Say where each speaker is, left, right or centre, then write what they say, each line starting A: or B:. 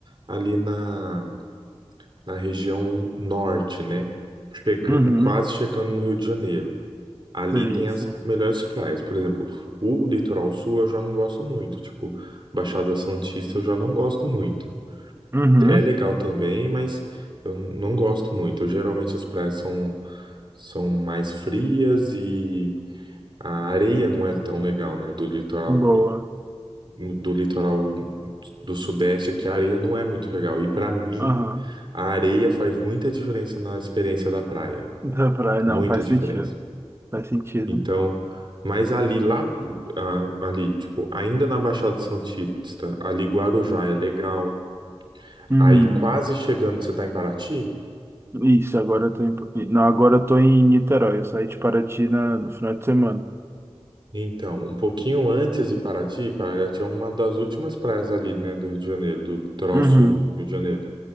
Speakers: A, on the right (about 50°); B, on the right (about 25°).
A: ali na, na região norte, né? Chegando,
B: Uhum,
A: quase chegando no Rio de Janeiro. Ali
B: sei,
A: tem
B: sei.
A: as melhores praias. Por exemplo, o litoral sul eu já não gosto muito. Tipo, Baixada Santista eu já não gosto muito.
B: Uhum,
A: É legal também, mas eu não gosto muito. Geralmente as praias são, são mais frias e a areia não é tão legal, né? Do litoral
B: boa.
A: do litoral do sudeste aqui, a areia não é muito legal. E pra mim,
B: Aham.
A: a areia faz muita diferença na experiência da praia.
B: Da praia, não,
A: Muita
B: faz
A: diferença.
B: sentido. Faz sentido.
A: Então, mas ali lá, ah, ali, tipo, ainda na Baixada Santista, ali Guarujá é legal.
B: Hum.
A: Aí quase chegando, você tá em Paraty?
B: Isso, agora eu tô em... Não, agora eu tô em Niterói. Eu saí de Paraty na... no final de semana.
A: Então, um pouquinho antes de Paraty, Paraty é uma das últimas praias ali, né, do Rio de Janeiro, do litoral
B: Uhum.
A: sul do Rio de Janeiro.